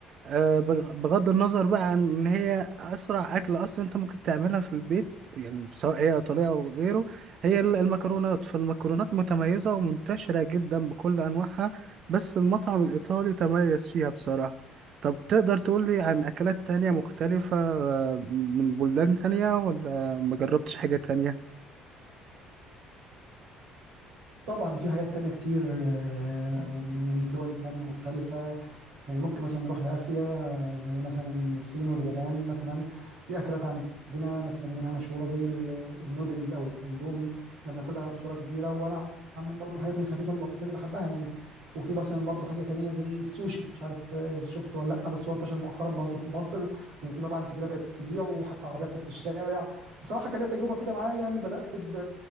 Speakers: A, on the right; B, on the right.
A: آه، بغ- بغض النظر بقى عن ان هي اسرع اكل اصلا انت ممكن تعملها في البيت يعني سواء هي ايطاليه او غيره هي ال- المكرونات فالمكرونات متميزه ومنتشره جدا بكل انواعها بس المطعم الايطالي تميز فيها بصراحه طب تقدر تقول لي عن اكلات تانية مختلفه آه، من بلدان تانية ولا مجربتش حاجه تانية
B: طبعا في حاجات تانية كتير آه، من دول تانية مختلفة يعني ممكن مثلا نروح لآسيا زي مثلا الصين واليابان مثلا في أكلات عندنا مثلا منها مشهورة زي ال- النودلز أو الإندومي إحنا بناكلها بصورة كبيرة وأنا عامل برضه من الحاجات الخفيفة اللطيفة اللي بحبها يعني وفي مثلا برضه حاجة تانية زي السوشي مش عارف آه، شفته ولا لأ بس هو انتشر مؤخرا برضه في مصر وفي مطاعم كتيرة بقت تبيعه وحتى عربيات في الشارع بصراحة كان ليا تجربة كده معاه يعني بدأت ب